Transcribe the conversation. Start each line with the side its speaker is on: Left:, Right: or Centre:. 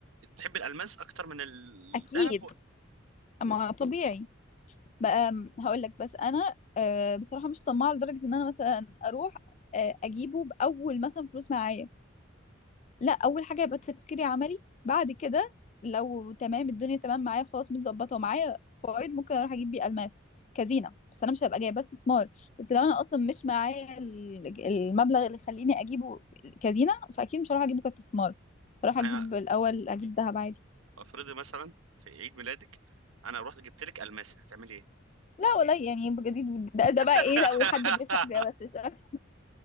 Right: تحب الالماس اكتر من الذهب
Left: أكيد ما طبيعي بقى هقول لك بس انا آه، بصراحه مش طماعه لدرجه ان انا مثلا اروح آه، اجيبه باول مثلا فلوس معايا لا اول حاجه يبقى تفكيري عملي بعد كده لو تمام الدنيا تمام معايا خلاص متظبطه ومعايا فوائد ممكن اروح اجيب بيه الماس كزينه بس انا مش هبقى جايباه استثمار بس لو انا اصلا مش معايا ال- المبلغ اللي يخليني اجيبه كزينه فاكيد مش هروح اجيبه كاستثمار هروح اجيب
Right: انا
Left: الاول اجيب ذهب عادي
Right: افرضي مثلا في عيد ميلادك انا رحت جبت لك الماسه هتعملي ايه
Left: لا والله يعني بجد ده,
Right: <laughs>
Left: ده بقى ايه لو حد بيفهم كده بس مش أكتر.